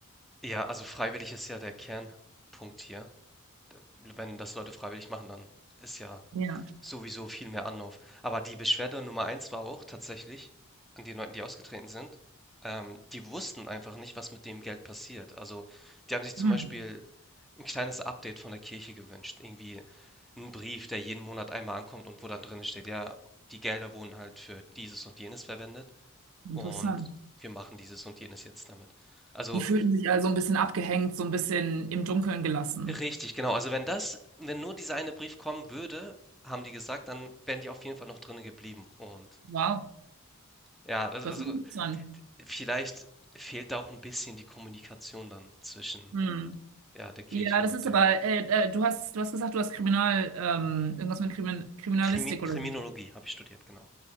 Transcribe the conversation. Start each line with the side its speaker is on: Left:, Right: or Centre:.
Centre: Ja, also freiwillig ist ja der Kernpunkt hier. Da- Wenn das Leute freiwillig machen, dann ist ja
Right: Ja,
Centre: sowieso viel mehr Anlauf. Aber die Beschwerde Nummer eins war auch tatsächlich an den Leuten, die ausgetreten sind. Ähm, die wussten einfach nicht, was mit dem Geld passiert. Also, die haben sich zum
Right: hm,
Centre: Beispiel ein kleines Update von der Kirche gewünscht. Irgendwie ein Brief, der jeden Monat einmal ankommt und wo dann drin steht, ja, die Gelder wurden halt für dieses und jenes verwendet und
Right: interessant.
Centre: wir machen dieses und jenes jetzt damit. Also,
Right: Die fühlten sich also ein bisschen abgehängt, so ein bisschen im Dunkeln gelassen.
Centre: Richtig, genau. Also, wenn das wenn nur dieser eine Brief kommen würde, haben die gesagt, dann wären die auf jeden Fall noch drinnen geblieben. Und
Right: Wow,
Centre: ja, also
Right: das
Centre: also,
Right: ist interessant.
Centre: d vielleicht fehlt da auch ein bisschen die Kommunikation dann zwischen,
Right: Hm.
Centre: ja, der Kirche
Right: Ja, das
Centre: und
Right: ist
Centre: den
Right: aber, äh, äh, du hast, du hast gesagt, du hast Kriminal, ähm, irgendwas mit Krimin Kriminalistik
Centre: Krimi Kriminologie
Right: oder so.
Centre: habe ich studiert, genau.